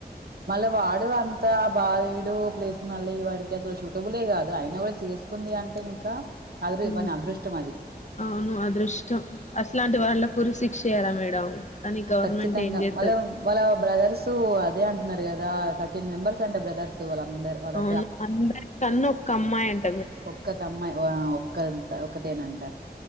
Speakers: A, on the right; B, on the left.
A: మళ్ళ వాడు అంతా బాలేడు ప్లేస్ మళ్ళీ వాడికి అసలు షూటబులే కాదు అయినా కూడా చేసుకుంది అంటే ఇంకా అదృ
B: ఉ
A: వాని అదృష్టం అది
B: అవును అదృష్టం అస్లాంటి వాళ్ళకు ఉరి శిక్ష చేయరా మేడం కానీ గవర్నమెంట్
A: ఖచ్చితంగా
B: ఏం చేత్తది
A: వాళ్ళ వాళ్ళ బ్రదర్స్ సో అదే అంటున్నారు కదా థర్టీన్ మెంబర్స్ అంట బ్రదర్స్ వాళ్ళందరు వాళ్ళ
B: అవును అందరి కన్న కమ్మాయింట
A: ఒక్క తమ్మాయి ఒక్క ఒకతేనంట